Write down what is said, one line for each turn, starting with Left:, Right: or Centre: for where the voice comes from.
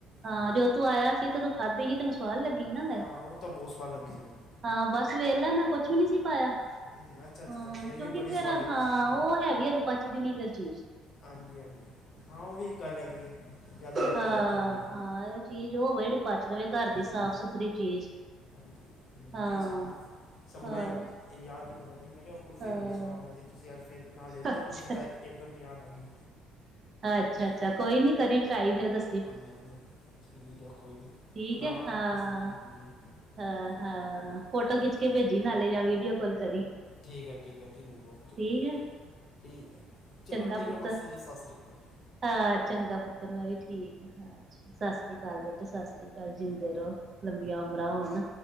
Right: ਹਾਂ
Left: ਹੂੰ,
Right: ਜਦੋਂ ਤੂੰ ਆਇਆ ਸੀ ਤੇ ਤੂੰ ਖਾਧੀ ਸੀ ਤੈਨੂੰ ਸਵਾਦ ਲੱਗੀ ਹੀ ਨਾ,
Left: ਹਾਂ ਉਹ ਤਾਂ ਬਹੁਤ ਸਵਾਦ ਲੱਗੀ ਸੀ ਮੈਨੂੰ
Right: ਹਾਂ ਬਸ। ਸਵੇੇਲਾ ਮੈਂ ਕੁਛ ਵੀ ਨਹੀਂ ਸੀ ਪਾਇਆ
Left: ਹੂੰ, ਅੱਛਾ ਅੱਛਾ
Right: ਹਾਂ
Left: ਅੱਛਾ ਫਿਰ
Right: ਕਿਉਂਕਿ
Left: ਵੀ ਬੜੀ
Right: ਫੇਰ
Left: ਸਵਾਦ ਲੱਗੀ
Right: ਹਾਂ
Left: ਸੀ ਮੈਨੂੰ
Right: ਉਹ ਹੈ ਵਧੀਆ ਵੀ ਪੱਚਦੀ ਨੀ ਫੇਰ ਚੀਜ਼
Left: ਹਾਂਜੀ ਹਾਂਜੀ ਹਾਂ ਉਹ ਵੀ ਗੱਲ ਹੈਗੀ ਹੈ ਜ਼ਿਆਦਾ ਐਵੇਂ
Right: ਹਾਂ
Left: ਭੱਜਦੀ ਨਹੀਂ ਹੈਗੀ ਉਹ
Right: ਹਾਂ
Left: ਨਾ
Right: ਚੀਜ਼ ਉਹ ਹੋਵੇ ਜਿਹੜੀ ਪਚ ਜਾਵੇ ਘਰ ਦੀ
Left: ਹਾਂਜੀ
Right: ਸਾਫ਼ ਸੁਥਰੀ ਚੀਜ਼
Left: ਹਾਂਜੀ
Right: ਹਾਂ
Left: ਨਹੀਂ ਸਾ ਸਗੋਂ
Right: ਹਾਂ
Left: ਮੈਂ ਯਾਦ ਹੀ ਕਰਦਾ ਸੀ ਮੈਂ ਕਿਹਾ ਉਹ ਕੁਲਫੀ
Right: ਹਾਂ
Left: ਬੜੀ ਸਵਾਦ ਮਿਲਦੀ ਸੀ ਤੁਸੀਂ ਅੱਜ ਫਿਰ ਨਾ ਲੇ
Right: ਅੱਛਾ
Left: ਤਾਂ ਕੁਲਫੀ ਦਾ ਇੱਕਦਮ ਯਾਦ ਆ ਗਈ
Right: ਅੱਛਾ ਅੱਛਾ
Left: ਹਾਂ
Right: ਕੋਈ ਨੀ ਕਰੀ ਟਰਾਈ ਫੇਰ ਦੱ
Left: ਹਾਂਜੀ ਹਾਂਜੀ ਠੀਕ ਹੈ ਕੋਈ ਨਹੀਂ
Right: ਠੀਕ
Left: ਬਣਾਵਾਂ
Right: ਹੈ ਹਾਂ
Left: ਕਿਸੀ ਦਿਨ ਹਾਂਜੀ
Right: ਹਾਂ
Left: ਕੋਈ
Right: ਹਾਂ
Left: ਹਾਂਜੀ
Right: ਫੋਟੋ
Left: ਕੋਈ ਨਹੀਂ
Right: ਖਿੱਚ ਕੇ ਭੇਜੀ ਨਾਲੇ ਯਾ ਵੀਡੀਓ ਕਾਲ ਕਰੀ
Left: ਠੀਕ ਹੈ ਠੀਕ ਹੈ ਜ਼ਰੂਰ ਓਕੇ
Right: ਠੀਕ ਹੈ
Left: ਠੀਕ ਹੈ, ਚਲੋ
Right: ਚੰਗਾ
Left: ਠੀਕ
Right: ਪੁੱਤਰ
Left: ਹੈ, ਮਾਸੀ ਜੀ, ਸਤਿ ਸ਼੍ਰੀ ਅਕਾਲ ਜੀ।
Right: ਹਾਂ ਚੰਗਾ ਪੁੱਤਰ ਮੈਂ ਵੀ ਠੀਕ ਆ ਸਤਿ ਸ੍ਰੀ ਅਕਾਲ ਬੇਟੇ ਸਤਿ ਸ੍ਰੀ ਅਕਾਲ ਜਿੰਦੇ ਰਹੋ ਲੰਬੀਆਂ ਉਮਰਾਂ ਹੋਣ